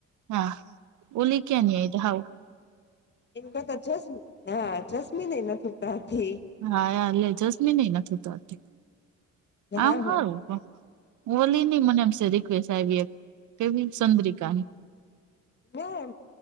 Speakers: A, on the right (about 75°); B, on the left (about 35°).
A: હા ઓલી ક્યાં નય હાઉ.
B: એન કરતા જશમી હા જસ્મીન નહ નથી <unintelligible> વતી.
A: હા યાર લે જસમીન ને નથી થાતી.
B: હા
A: આમ
B: હા
A: હારું ઓલી ની મને એમ છેેરી. એક કેવી સંદ્રિકાની.
B: ના